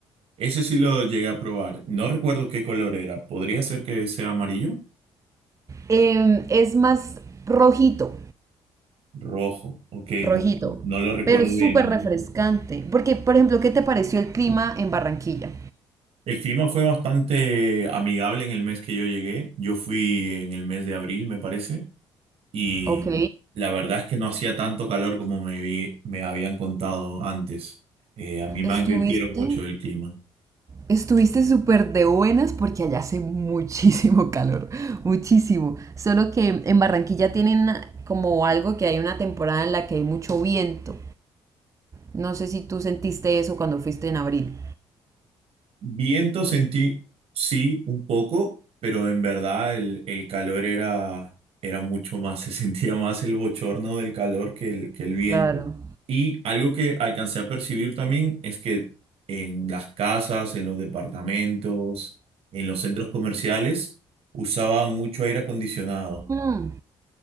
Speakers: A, on the right; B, on the right.
A: Ese sí lo llegué a probar. No recuerdo qué color era. ¿Podría ser que sea amarillo?
B: Em, es más rojito.
A: Rojo. Ok,
B: rojito,
A: no, no lo recuerdo
B: pero es
A: bien
B: súper
A: entonces.
B: refrescante. Porque, por ejemplo, ¿qué te pareció el clima en Barranquilla?
A: El clima fue bastante amigable en el mes que yo llegué. Yo fui en el mes de abril, me parece. Y
B: Ok.
A: la verdad es que no hacía tanto calor como me vi- me habían contado antes. Eh, a mí
B: Estuviste,
A: me advirtieron mucho del clima.
B: estuviste súper de buenas porque allá hace muchísimo calor, muchísimo. Solo que en Barranquilla tienen como algo que hay una temporada en la que hay mucho viento. No sé si tú sentiste eso cuando fuiste en abril.
A: Viento sentí, sí, un poco, pero en verdad el, el calor era, era mucho más. <laughs> Se sentía más el bochorno del calor que el, que el viento.
B: Claro.
A: Y algo que alcancé a percibir también es que en las casas, en los departamentos, en los centros comerciales, usaban mucho aire acondicionado.
B: Mm.